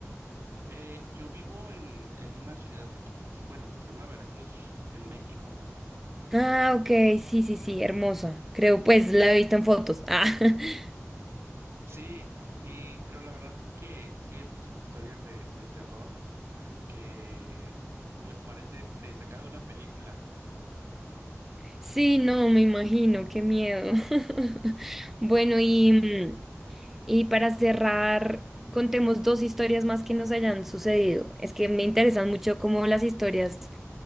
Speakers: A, on the right (about 45°); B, in the centre.
A: Eh, yo vivo en, en una ciudad aquí, que es- bueno, se llama Veracruz, en México.
B: Ah, ok, sí, sí, sí, hermosa. Creo, pues la he visto en fotos. Ah, <laughs>
A: Sí, y, pero la verdad es que sí hay muchas historias de, de terror que pues parece este, sacada de una película.
B: sí, no, me imagino, qué miedo. <laughs> Bueno, y, mm, y para cerrar, contemos dos historias más que nos hayan sucedido. Es que me interesan mucho como las historias,